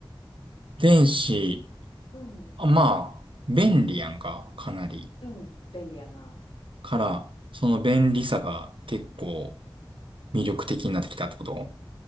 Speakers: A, on the right; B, on the left.
A: ー、電子、
B: うん。
A: あまあ、便利やんか、かなり。
B: うん。便利やな。
A: から、その便利さが結構魅力的になってきたってこと